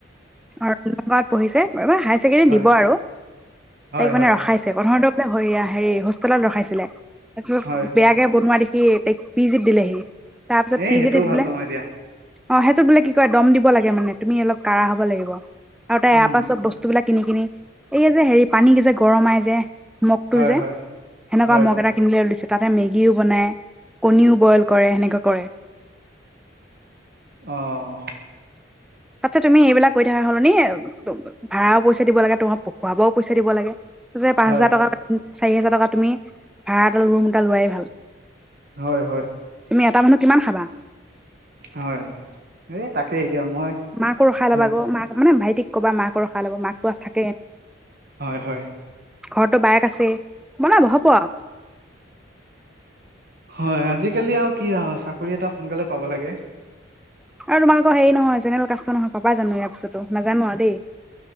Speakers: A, in the centre; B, on the right.
A: অ নগাঁৱত পঢ়িছে। এইবাৰ হাই চছেকেণ্ডেৰী
B: হয়
A: দিব আৰু,
B: হয়
A: তাইক মানে
B: হয়
A: ৰখাইছে প্ৰথম হয়-হেৰি হোষ্টেলত ৰখাইছিলে। আচ্ছ
B: হয়
A: বেয়া কে <unintelligible> দেখি তাইক পি জিত দিলেহি। তাৰপিছত
B: এ
A: পি
B: সেইটোও
A: জিত
B: ভাল
A: বোলে
B: নহয় দিয়া।
A: অ সেইটোত বোলে কি কয় দম দিব লাগে মানে তুমি অলপ কাঢ় হ'ব লাগিব। আৰু তাই
B: উম
A: এয়াৰ পাৰা চব বস্তুবিলাক কিনি-কিনি এই যে হেৰি পানী কি যে গৰমাই যে মগ
B: হয়
A: টো যে,
B: হয়
A: সেনেকুৱা
B: হয়
A: মগ এটা কিনিলে লিছে তাতে ম বনাই, কণীও বইল কৰে, সেনেকুৱা কৰে।
B: অহ।
A: তাতচে তুমি এইবিলাক কৰি থাকা সলনি, ভাড়াও পইচা দিব লাগে তোমাৰ, প-পঢ়াবও পইচা দিব লাগে যে পাঁচ
B: হয়
A: হাজাৰ টকা ল চাৰি হোজাৰ টকা তুমি ভাড়াত এটা ৰুম এটা লোৱাই ভাল।
B: হয়-হয়।
A: তুমি এটা মানুহ কিমান খাবা?
B: হয়, এই তাকে এতিয়া মই
A: মাঁকো ৰখাই লবা
B: হয়
A: আকৌ মাঁক ভাইটিক কবা মাঁকো ৰখাই লব মাঁকটো থ
B: হয়-হয়।
A: ঘৰৰতটো বায়েক আছে <unintelligible> পোৱা
B: হয়, আজিকালি আৰু কি আৰু চাকৰি এটা সোনকালে পাব লাগে।
A: আৰু তোমালোকৰ হেৰি নহয়, জেনেৰে কাষ্টৰ নহয় পাবা জানো ইয়াৰ পিছতো নাজানো আৰু দেই